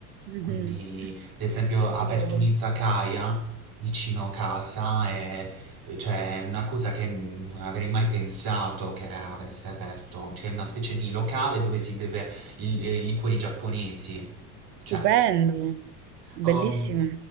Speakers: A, on the right; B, on the right.
A: Mhm,
B: Quindi, ad esempio,
A: Ci
B: ha
A: credo.
B: aperto un'izakaya vicino casa e cioè, è una cosa che non avrei mai pensato che avesse aperto. Cioè, è una specie di locale dove si beve i i liquori giapponesi. Cioè,
A: Stupendo, bellissimo.
B: Ehm,